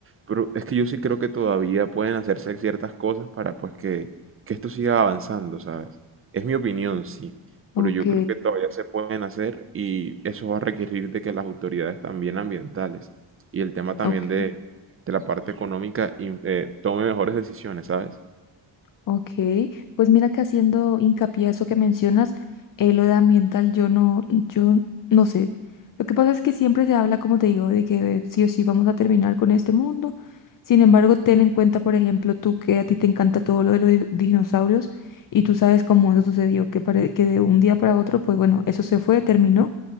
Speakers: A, on the right; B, on the left.
A: pero es que yo sí creo que todavía pueden hacerse ciertas cosas para pues que, que esto siga avanzando, ¿sabes? Es mi opinión, sí pero
B: Ok,
A: yo creo que todavía se pueden hacer y eso va a requerir de que las autoridades también ambientales y el tema también
B: ok,
A: de, de la parte económica in- eh, tome mejores decisiones, ¿sabes?
B: ok. Pues mira que haciendo hincapié a eso que mencionas, eh, lo de ambiental, yo no, yo no sé. Lo que pasa es que siempre se habla, como te digo, de que sí o sí vamos a terminar con este mundo. Sin embargo, ten en cuenta, por ejemplo, tú que a ti te encanta todo lo de los di- dinosaurios y tú sabes cómo eso sucedió, que, pare- que de un día para otro, pues bueno, eso se fue, terminó.